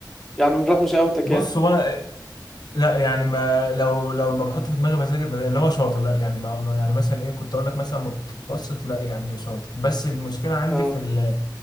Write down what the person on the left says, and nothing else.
بص
هو انا لا يعني ما لو لو ما بحط في دماغي بذاكر ب- اللي هو شاطر لا يعني ما ما- يعني مثلا ايه كنت اقول لك مثلا متوسط لا يعني شاطر بس المشكله عندي
في